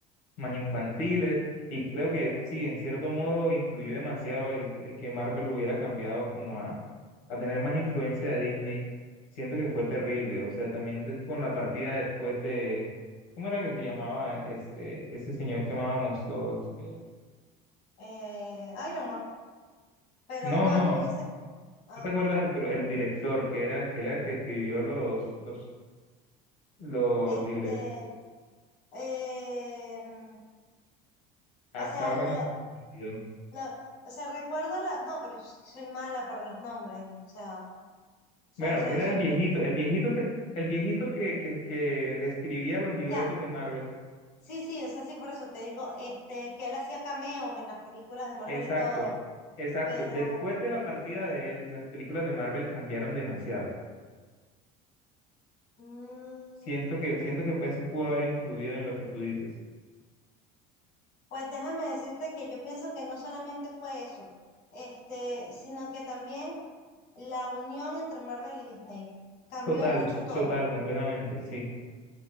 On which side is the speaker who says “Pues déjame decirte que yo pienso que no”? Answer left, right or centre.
Left